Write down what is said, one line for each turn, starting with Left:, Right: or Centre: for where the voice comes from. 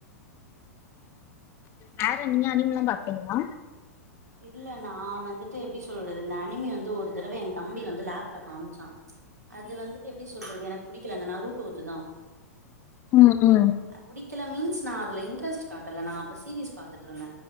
Left: வேற நீங்க அனிமல்லா பாப்பீங்ளா
Right: இல்ல நா வந்துட்டு எப்டி சொல்றது இந்த அனிமி வந்து ஒரு தடவ என் தம்பி வந்து லேப் ல காம்ச்சா அது வந்துட்டு எப்டி சொல்றது எனக்கு புடிக்கல அந்த நருட்டோது தா
Left: ம் ம்
Right: புடிக்கல மீன்ஸ் நா அதுல இன்ட்ரெஸ்ட் காட்டல நா அப்ப சீரீஸ் பாத்துட்டு இருந்த